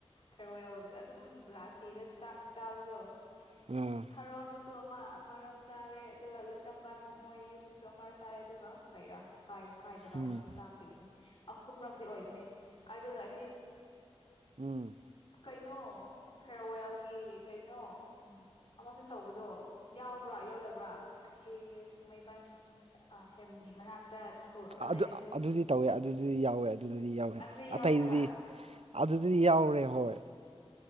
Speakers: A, on the left; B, on the right.
A: ꯐꯦꯌꯔꯋꯦꯜ ꯑꯗꯨꯝ ꯂꯥꯁ ꯗꯦꯗ ꯆꯥꯛ ꯆꯥꯕꯗꯣ
B: ꯑꯥ
A: ꯎꯝ ꯊꯥꯔꯣꯟꯗꯁꯨ ꯑꯗꯨ ꯑꯃ ꯑꯃꯔꯛ ꯆꯥꯔꯦ ꯑꯗꯨꯒ ꯂꯆꯝꯒꯥꯏ ꯃꯣꯏ ꯌꯨꯝꯗꯁꯨ ꯑꯃꯔꯛ ꯆꯥꯔꯦ ꯑꯗꯨꯒ ꯀꯩꯔꯥ ꯀꯥꯏ ꯀꯥꯏꯗꯔ
B: ꯎꯝ
A: ꯑꯃꯁꯨ ꯆꯥꯈꯤꯕꯅꯤ ꯑꯍꯨꯝꯔꯛꯇꯤ ꯑꯣꯏꯕꯅꯤ ꯑꯗꯨꯒ ꯑꯁꯤ
B: ꯎꯝ
A: ꯀꯩꯅꯣ ꯐꯦꯑꯔꯋꯦꯜꯒꯤ ꯀꯩꯅꯣ ꯎꯝ ꯑꯃꯁꯨ ꯇꯧꯕꯗꯣ ꯌꯥꯎꯕ꯭ꯔꯥ ꯌꯥꯎꯗꯕ꯭ꯔꯥ ꯑꯁꯤ ꯊꯥꯡꯃꯩꯕꯟ ꯁꯦꯝ ꯒꯤ ꯃꯅꯥꯛꯇ ꯁ꯭ꯀꯨꯜ ꯑꯃ
B: ꯑꯗꯨ
A: ꯂꯩꯕꯗꯣ
B: ꯑꯗꯨꯗꯤ ꯇꯧꯋꯦ ꯑꯗꯨꯗꯤ ꯌꯥꯎꯋꯦ ꯑꯗꯨꯗꯗꯤ ꯌꯥꯎꯋꯦ
A: ꯑꯗꯨꯗ
B: ꯑꯇꯩꯗꯨꯗꯤ
A: ꯍꯥꯏꯕ
B: ꯑꯗꯨꯗꯤ ꯌꯥꯎꯔꯦ ꯍꯣꯏ